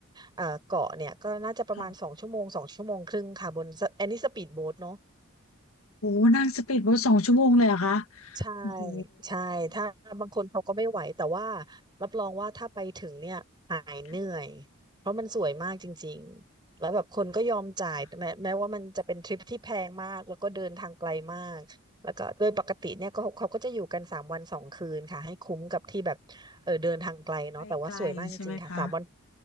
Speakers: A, on the right (about 20°); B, on the left (about 80°).
A: เอ่อเกาะเนี่ยก็น่าจะประมาณสองชั่วโมงสองชั่วโมงครึ่งค่ะบนสอันนี้สปีดโบ๊ทเนาะ
B: ค่ะโอ้โหนั่งสปีดโบ๊ทสองชั่วโมงเลยเหรอคะ
A: ใช่
B: โอ้โห
A: ใช่ถ้าบางคนเขาก็ไม่ไหวแต่ว่ารับรองว่าถ้าไปถึงเนี่ยหายเหนื่อย
B: ค
A: เพราะมันสวยมากจริงๆแล้วแบบคนก็ยอมจ่ายแม้แม้ว่ามันจะเป็นทริปที่แพงมากแล้วก็เดินทางไกลมากแล้วก็โดยปกติเนี่ยก็เขาก็จะอยู่กันสามวันสองคืนค่ะให้คุ้มกับที่แบบเออเดินทางไกลเนาะแต่ว่าสวยมากจริงๆค่ะสามวัน
B: ่ะไปไกลใช่ไหมคะ